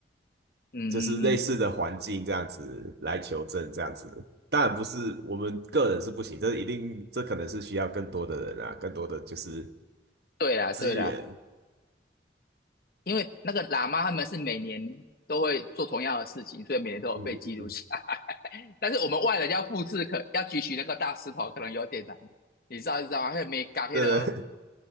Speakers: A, on the left (about 50°); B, on the right (about 60°).
A: 嗯嗯嗯，
B: 就是类似的环境这样子来求证这样子。当然不是我们个人是不行，这一定这可能是需要更多的人啊，更多的就是
A: 对啦对啦。
B: 资源。
A: 因为那个喇嘛他们是每年都会做同样的事情，所以每年都有被记录下来。
B: 嗯嗯嗯，
A: <laughs> 但是我们外人要复制可，要举起那个大石头，可能有点难。你知道，你知道吗？还有没嘎黑的，
B: 对对，